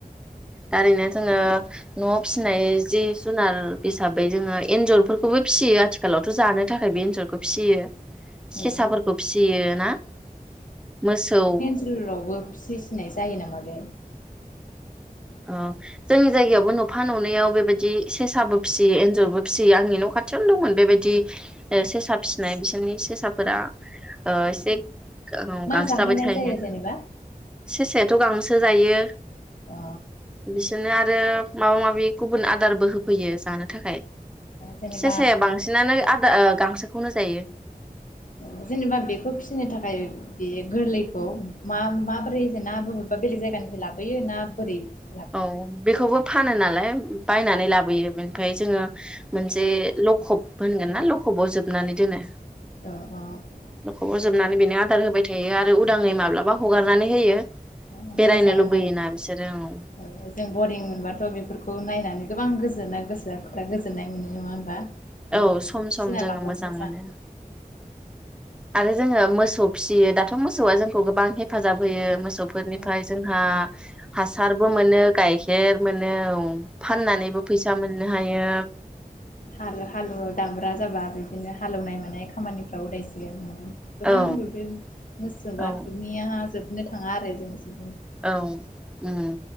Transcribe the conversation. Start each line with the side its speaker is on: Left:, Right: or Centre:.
Centre: दारैनो जोङो, न'आव फिसिनाय जि जुनार हिसाबै जोङो एन्जरफोरखौबो फिसियो आथिखालावथ' जानो थाखाय बे एन्जरखौ फिसियो।
Left: औ
Centre: सेसाफोरखौ फिसियो ना? मोसौ
Left: ओनलावबो फिसि सिननाय जायो नामा बे?
Centre: अ जोंनि जायगायावबो न'फा न'नैयाव बेबायदि सेसाबो फिसियो एन्जरबो फिसियो आंनि न' खाथियावनो दंमोन बेबायदि ओ सेसा फिसिनाय बिसोरनि सेसाफोरा ओ एसे
Left: मा
Centre: गांसो
Left: जाहोनाय
Centre: जाबाय थायो।
Left: जायो जेनेबा
Centre: सेेसायाथ' गांसो जायो।
Left: अ
Centre: बिसोरनो आरो माबा माबि गुबुन आदारबो होफैयो जानो थाखाय
Left: जेनेबा
Centre: सेसाया बांसिनानो आदा ओ गांसोखौनो जायो।
Left: ओ जेनेबा बेखौ फिसिनो थाखाय बे गोरलैखौ मा-माबोरै जे ना बबा बेलेग जायगानिफ्राय लाबोयो ना बोरै लाबोयो
Centre: औ बेखौबो फानो नालाय। बायनानै लाबोयो। ओफाय जोङो मोनसे जे लखब होनगोन ना लखबाव जोबनानै दोनो,
Left: अ अ
Centre: न'खोबो जोबनानै बेनो आदार होबाय थायो आरो उद उदाङै माब्लाबा हगारनानै होयो।
Left: औ
Centre: बेरायनो
Left: मोजाङानो
Centre: लुबैयोना बिसोरो औ
Left: औ जों बरिं मोनबाथ' बेफोरखौ नायनानै गोबां गोजोननाय गोसोफ्रा गोजोननाय मोनो नङा होनबा, ओ
Centre: औ
Left: बेखौ
Centre: सम सम
Left: फिसिना
Centre: जोङो
Left: लाबा मोजां
Centre: मोनो आरो जोङो मोसौ फिसियो दाथ' मोसौआ जोंखौ गोबां हेफाजाब हेफाजाब होयो मोसौफोरनिफ्राय
Left: औ
Centre: जोंहा हासारबो मोनो गाइखेर मोनो औ फाननानैबो फैसा मोननो हायो।
Left: हाल हालुवा दामब्रा जाबा बिदिनो हालेवनाय मानाय खामानिफ्राव उदायसिगोन गोबां
Centre: औ
Left: बिदि मोसौ
Centre: औ
Left: थुमिया जोबनो थाङा आरो जोंनिसिम
Centre: औ उम